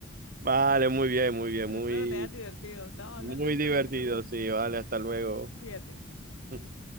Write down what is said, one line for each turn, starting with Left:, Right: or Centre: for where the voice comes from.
Right: Vale, muy bien, muy bien,
Left: Bueno,
Right: muy,
Left: espero que te hayas divertido. Estamos
Right: muy
Left: hablando entonces.
Right: divertido, sí, vale, hasta luego.
Left: Cuídate.
Right: <laughs>